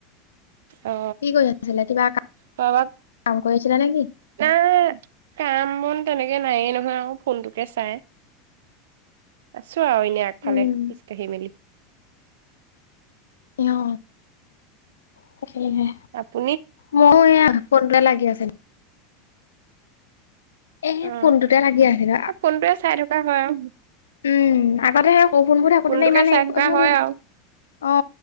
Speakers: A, on the right; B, on the left.
A: অ
B: কি কৰি আছিলে কিবা
A: খোৱা বোৱাক
B: কাম কৰি আছিলে নেকি
A: নে কাম বন তেনেকে কে নায়েই নহয় আৰু ফোনটোকে চাই আচো আও এনেই আগফালে
B: উম
A: খিছকাঢ়ি মেলি
B: অ সেফালেহে
A: আপুনি
B: মই এয়া ফোনতে লাগি আছে নি এ
A: অ
B: ফোনটোতে লাগি আছিল।
A: ফোনটোৱে চাই থকা হয় আৰু
B: উম আগতে সে সৰু ফোন বোৰ থাকোতে
A: ফোনটোকে
B: নো ইমান
A: চাই
B: এ
A: থকা
B: এভোন
A: হয় আৰু
B: অ